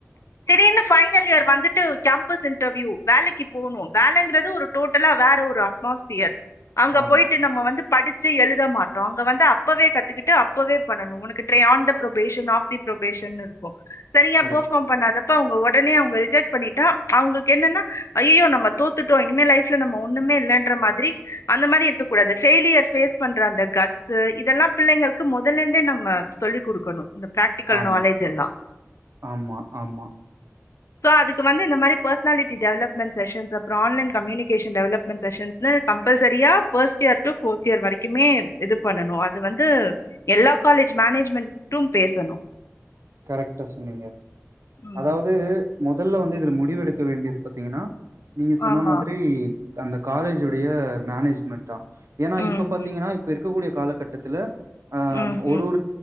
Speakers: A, on the left; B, on the right.
A: திடீர்னு பைனல் இயர் வந்துட்டு டம்ப் கேம்பஸ் இன்டர்வியூ வேலைக்கு போனு வேலன்றது ஒரு டோட்டலா வேற ஒரு அட்மாஸ்பியர் அங்க
B: ஆமா.
A: போய்ட்டு நம்ம வந்து படிச்சே எழுத மாட்டோ அங்க வந்து அப்பவே கத்துக்கிட்டு அப்பவே பண்ணணு ஒனக்கு try on the probation of the பரொபேஷன்னு இருக்கும் சரியா
B: கரெக்ட்.
A: ஃபேர்பாம் பண்ணாதப்ப அவங்க ஒடனே அவங்க ரிஜெக்ட் பண்ணிட்டா அவங்களுக்கு என்னன்னா ஐயயோ நம்ம தோத் துட்டோ இனிமே லைஃப்ல நம்ம ஒண்ணுே இல்லன்ற மாதிரி அந்த மாரி இருக்க கூடாது ஃபெய்லியர் பேஸ் பண்ற அந்த கட்ஸூ இதெல்லா பிள்ளைங்களுக்கு மொதல்ல இருந்தே நம்ம சொல்லிக் குடுக்கணும் இந்த பிராக்டிக்கல்
B: ஆமா,
A: நாலேஜ் எல்லா
B: ஆமா ஆமா
A: சோ அதுக்கு வந்து இந்த மாரி பர்சனாலிட்டி டெவலப்மெண்ட் செஷன்ஸ் அப்றொ ஆன்லைன் கம்யூனிகேஷன் டெவலப் மென் செஸன்ஷ்னு கம்பல்சரியா first year to fourth year வரைக்குமே இது பண்ணனு அது வந்து எல்லா காலேஜ் மேனேஜ்மெண்டு பேசணு
B: கரெக்ட்டா சொன்னீங்க
A: ம்
B: அதாவது முதல்ல வந்து இதுல முடிவு எடுக்க வேண்டியது பாத்தீங்கன்னா நீங்க சொன்ன
A: ஆமா
B: மாதிரி அந்த காலேஜுடைய மேனேஜ்மெண்ட் தா ஏன்னா
A: ம்
B: இப்ப பாத்தீங்கனா
A: ம்
B: இப்ப இருக்கக்கூடிய காலகட்டத்தில அ
A: ம்
B: ஒரு
A: ம்
B: ஒரு